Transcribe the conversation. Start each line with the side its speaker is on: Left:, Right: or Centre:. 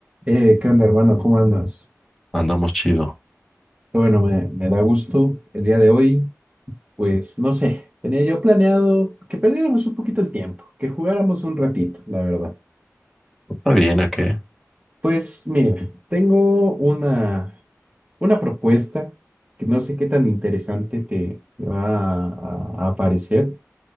Right: Eh, ¿qué onda, hermano? ¿Cómo andas?
Centre: Andamos chido.
Right: Qué Bueno, me, me da gusto el día de hoy. Pues no sé, tenía yo planeado que perdiéramos un poquito el tiempo, que jugáramos un ratito, la verdad.
Centre: Está bien, ¿a qué?
Right: Pues mira, tengo una, una propuesta que no sé qué tan interesante te, te va a, a- a parecer,